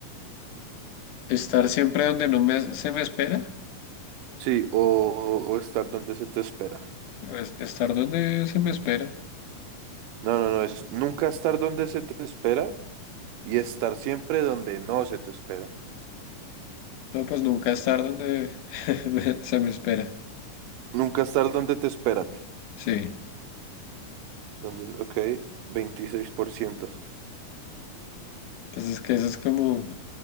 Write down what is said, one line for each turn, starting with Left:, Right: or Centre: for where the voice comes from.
Left: Estar siempre donde no me, se me espera.
Right: Sí, o, o estar donde se te espera.
Left: pues, Estar donde se me espera.
Right: No, no, no, es nunca estar donde se te espera y estar siempre donde no se te espera.
Left: No, pues nunca estar donde <laughs> me- se me espera.
Right: Nunca estar donde te esperan.
Left: Sí.
Right: Donde, ok, veintiséis por ciento
Left: Pues es que eso es como,